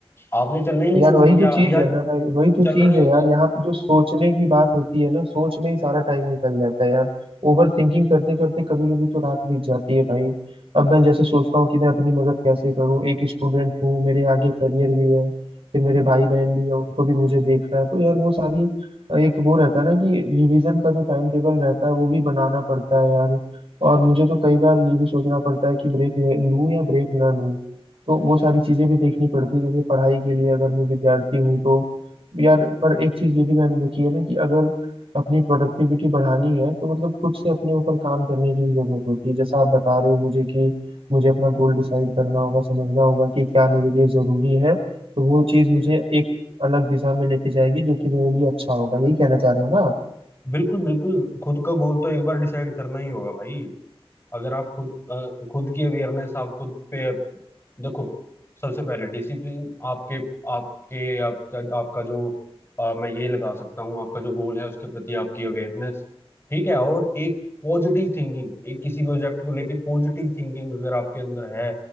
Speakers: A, on the left (about 25°); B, on the right (about 65°).
A: आपने चलना ही नहीं
B: यार
A: शुरू
B: वही
A: किया
B: तो चीज
A: या
B: है ना भाई वही तो
A: चल
B: चीज
A: रहे
B: है
A: हो
B: यार
A: तो
B: यहाँ पे जो सोचने की बात होती है ना सोच में ही सारा टाइम निकल जाता है यार ओवर थिंकिंग करते करते कभी कभी तो रात बीत जाती है भाई अब मैं जैसे सोचता हूँ कि मैं अपनी मदद कैसे करूँ एक स्टूडेंट हूँ मेरे आगे करियर भी है फिर मेरे भाई बहन भी है उनको भी मुझे देखना है तो यार वो सारी एक वो रहता है ना कि रिवीजन का जो टाइम टेबल रहता है वो भी बनाना पड़ता है यार और मुझे तो कई बार ये भी सोचना पड़ता है कि ब्रेक ले लूँ या ब्रेक ना लूँ तो वो सारी चीजें भी देखनी पड़ती है जैसे पढ़ाई के लिए अगर मैं विद्यार्थी हूँ तो यार पर एक चीज ये भी मैंने देखी है ना कि अगर अपनी प्रोडक्टिविटी बढ़ानी है तो मतलब खुद से अपने ऊपर काम करने की भी जरूरत होती है जैसा आप बता रहे हो मुझे कि मुझे अपना गोल डिसाइड करना होगा समझना होगा कि क्या मेरे लिए जरूरी है तो वो चीज मुझे एक अलग दिशा में लेके जाएगी जो कि मेरे लिए अच्छा होगा यही कहना चाह रहे हो ना आप?
A: बिल्कुल बिल्कुल खुद का गोल तो एक बार डिसाइड करना ही होगा भाई अगर आप खुद अ, खुद की अवेयरनेस आप खुद पे देखो सबसे पहले डिसिप्लिन आपके आपके आपका आपका जो अ, मैं ये लगा सकता हूँ आपका जो गोल है उसके प्रति आपकी अवेयरनेस ठीक है और एक पॉजिटिव थिंकिंग एक किसी प्रोजेक्ट को लेके पॉजिटिव थिंकिंग अगर आपके अंदर है